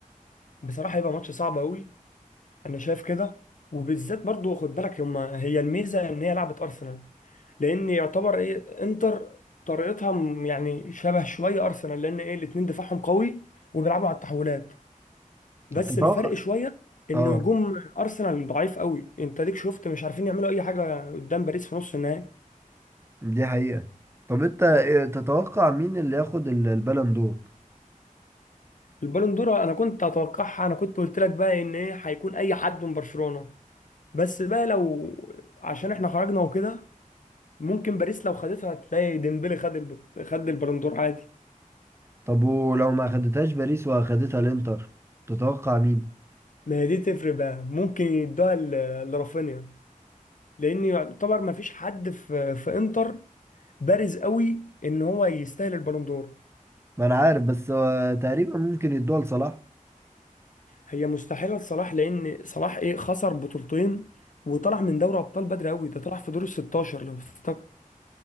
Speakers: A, on the left (about 65°); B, on the right (about 20°).
A: بصراحه هيبقى ماتش صعب قوي انا شايف كده وبالذات برضو خد بالك هما هي الميزه ان هي لعبه ارسنال لان يعتبر ايه انتر طريقتها م- يعني شبه شويه ارسنال لان ايه الاتنين دفاعهم قوي وبيلعبوا على التحولات بس
B: تتوقع
A: الفرق شويه ان
B: اه
A: هجوم ارسنال ضعيف قوي انت ليك شفت مش عارفين يعملوا اي حاجه قدام باريس في نص النهائي
B: دي حقيقة طب انت ايه- تتوقع مين اللي ياخد ال- البالون دور
A: البالون دور انا كنت اتوقعها انا كنت قلت لك بقى ان ايه هيكون اي حد من برشلونه بس بقى لو عشان احنا خرجنا وكده ممكن باريس لو خدتها هتلاقي ديمبلي خد الب... خد البالندور عادي
B: طب ولو ما اخدتهاش باريس واخدتها الانتر تتوقع مين
A: ما هي دي تفرق بقى ممكن يدوها ل- لرافينيا لان يعتبر ما فيش حد في في انتر بارز قوي ان هو يستاهل البالندور
B: ما انا عارف بس هو تقريبا ممكن يدوها لصلاح
A: هي مستحيله لصلاح لان صلاح ايه خسر بطولتين وطلع من دوري ابطال بدري قوي ده طلع في دور ال 16 لو تفتكر